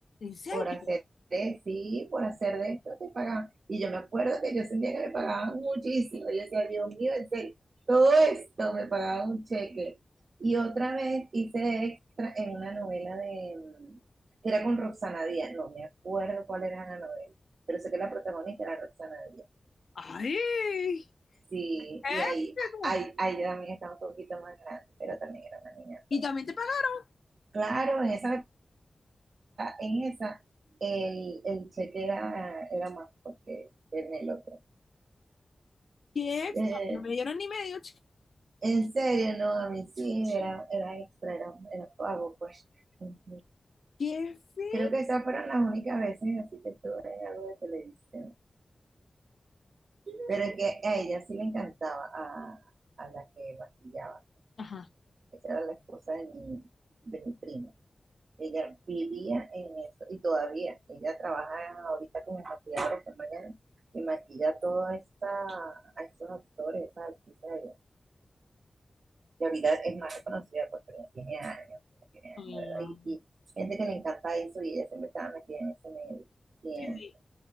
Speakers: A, on the left; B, on the right.
A: ¿en serio?
B: por hacer de, sí, por hacer de esto te pagaban. Y yo me acuerdo que yo sentía que me pagaban muchísimo. Yo decía, Dios mío, en serio, todo esto me pagaba un cheque. Y otra vez hice de extra en una novela de, que era con Roxana Díaz, no me acuerdo cuál era la novela, pero sé que la protagonista era Roxana Díaz.
A: Ay,
B: Sí,
A: épico.
B: y ahí, ahí, ahí también estaba un poquito más grande, pero también era una niña.
A: ¿Y
B: Pues.
A: también te pagaron?
B: Claro, en esa en esa, el, el cheque era, era más fuerte que en el otro.
A: ¿Qué? épico.
B: Eh,
A: No me dieron ni medio, chica.
B: en serio, no, a mí sí, era, era extra, era, era pago, pues. Ujú.
A: ¿Qué feo.
B: Creo que esas fueron las únicas veces así que estuve en algo de televisión. Pero es que a ella sí le encantaba, a, a la que maquillaba.
A: Ajá.
B: Esa era la esposa de mi, de mi primo. Ella vivía en eso y todavía ella trabaja ahorita como maquilladora que mañana y maquilla todos esta, a estos actores, esas actrices allá. Y ahorita es más reconocida porque ya tiene años, tiene
A: Ah,
B: años, ¿verdad? Y, y gente que le encanta eso y ella siempre estaba metida en ese medio. Siempre,
A: Sí, sí.